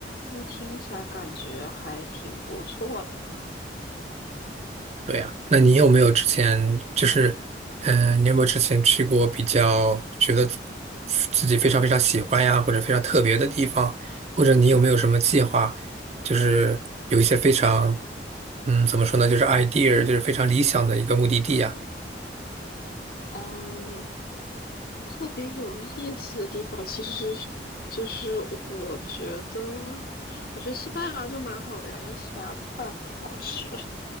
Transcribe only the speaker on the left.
那听起来感觉还挺不错的呢。
嗯，特别有意思的地方，其实是就是我觉得，我觉得西班牙就蛮好的呀，因为西班牙的饭很好吃。